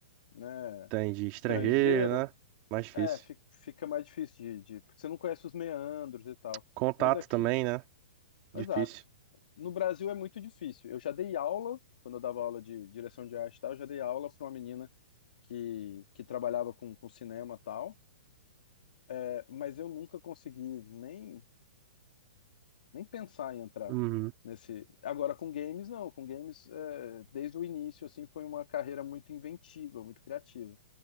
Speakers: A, on the left; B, on the right.
A: né,
B: Tem de estrangeiro,
A: estrangeiro,
B: né? Mais difícil.
A: é, fi- fica mais difícil de, de. Porque você não conhece os meandros e tal.
B: Contato
A: Mas aqui,
B: também, né? Difícil.
A: Exato. No Brasil é muito difícil. Eu já dei aula, quando eu dava aula de direção de arte e tal, eu já dei aula para uma menina que, que trabalhava com, com cinema e tal, É, mas eu nunca consegui nem, nem pensar em entrar
B: Uhum.
A: nesse. Agora com games, não. Com games, é, desde o início, assim, foi uma carreira muito inventiva, muito criativa.